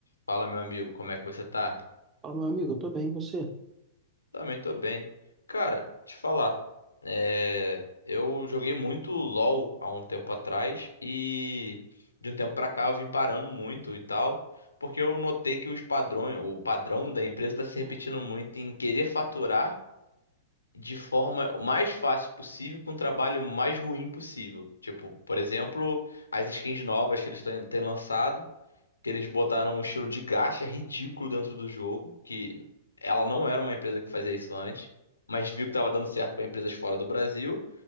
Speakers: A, on the left; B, on the right.
A: Fala, meu amigo, como é que você tá?
B: Fala, meu amigo, eu tô bem, e você?
A: Também tô bem. Cara, te falar, é, eu joguei muito LoL há um tempo atrás e de um tempo pra cá eu vim parando muito e tal, porque eu notei que os padrões, o padrão da empresa tá se repetindo muito em querer faturar de forma mais fácil possível com o trabalho mais ruim possível. Tipo, por exemplo, as skins novas que eles têm têm lançado. que eles botaram um estilo de gacha ridículo dentro do jogo, que ela não era uma empresa que fazia isso antes, mas viu que estava dando certo para empresas fora do Brasil,